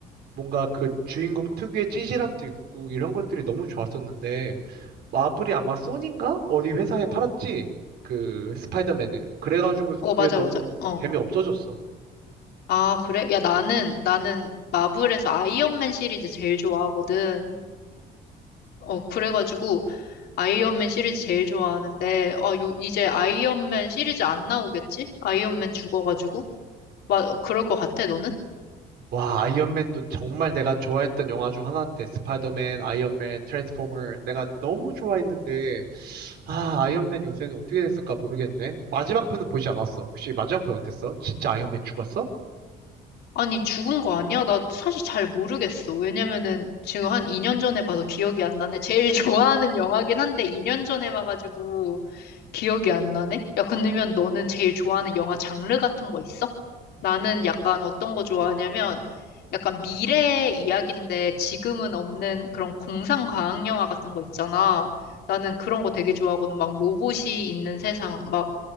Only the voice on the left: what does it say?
어,
맞아,
맞아. 어.
아, 그래? 야, 나는, 나는 마블에서 아이언맨 시리즈 제일 좋아하거든. 어, 그래가지고 아이언맨 시리즈 제일 좋아하는데, 아, 요, 이제 아이언맨 시리즈 안 나오겠지? 아이언맨 죽어가지고. 맞, 그럴 것 같아, 너는?
아니, 죽은 거 아니야? 나 사실 잘 모르겠어. 왜냐면은 지금 한 2년 전에 봐서 기억이 안 나네. 제일 <laughs> 좋아하는 영화긴 한데 2년 전에 봐가지고 기억이 안 나네? 야, 근데면 너는 제일 좋아하는 영화 장르 같은 거 있어? 나는 약간 어떤 거 좋아하냐면 약간 미래 이야기인데 지금은 없는 그런 공상 과학 영화 같은 거 있잖아. 나는 그런 거 되게 좋아하거든. 막 로봇이 있는 세상 막